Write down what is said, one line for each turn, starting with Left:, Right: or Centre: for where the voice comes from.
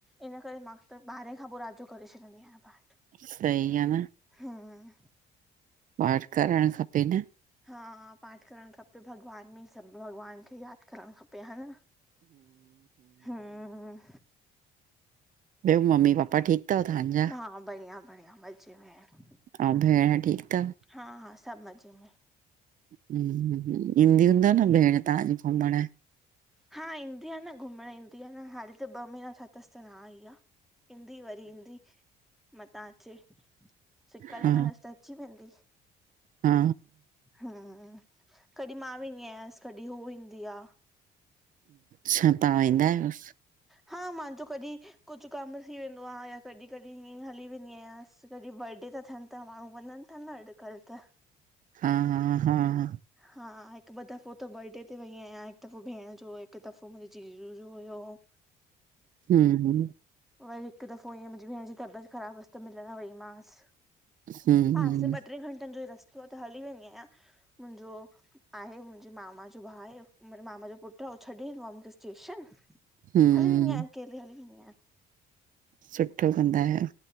Centre: इन करे मां त ॿारहें खां पोइ रात जो करे छॾींदी आहियां पाठ।
Right: सही आ न।
Centre: हम्म
Right: पाठ करणु खपे न।
Centre: हा पाठ करणु खपे, भॻवान में सभु भॻवान खे यादि करणु खपे, हा न। हम्म
Right: ॿियो मम्मी पापा ठीकु अथव तव्हांजा
Centre: हा बढ़िया- बढ़िया, मजे में।
Right: ऐं भेण ठीकु थव?
Centre: हा हा सभु मज़े में।
Right: ह ह हूं ईंदी हूंदव न भेण तव्हांजी घुमण?
Centre: हा ईंदी आ न घुमण ईंदी आ न, हाणे त ॿ महीना थिया अथसि त न इंदी आ। ईंदी वरी ईंदी, मथां अचे! सिक्क
Right: हा
Centre: लगंदस न त अची वेंदी।
Right: हा,
Centre: हा कॾहिं मां वेंदी आयसि, कॾहिं हू ईंदी आ।
Right: छा तां वेंदा आहियोस!
Centre: हा मंहांजो कॾहिं कुझु कम थी वेंदो आ या कॾहिं कॾहिं हीअं हली वेंदी आहियांस। बस कॾहिं बर्डे था थियनि त माण्हु वञंनि था न अॼकल त।
Right: हा हा हा हा
Centre: हा हिकु ॿ दफ़ो त बर्डे ते वई आहियां, हिकु दफ़ो भेण जो हुयो, हिकु दफ़ो मुंहिंजे जीजू जो हुयो। <inaudible>
Right: हम्म हम
Centre: वरी हिक दफ़ो ईअं मुंजी भेण जी तबियत ख़राबु हुअस त मिलण वई मांस।
Right: हम्म
Centre: पासे ॿ टे घंटनि जो ई रस्तो आ त हली वेंदी आहियां, मुंहिंजो। आहे मुंहिंजे मामा जो भाउ आहेे मामा जो पुटु छॾे ईंदो आहे मूंखे स्टेशन
Right: हम्म
Centre: हलि वेंदी आया, अकेली हली वेंदी आंया।
Right: सुठो कंदा आयो।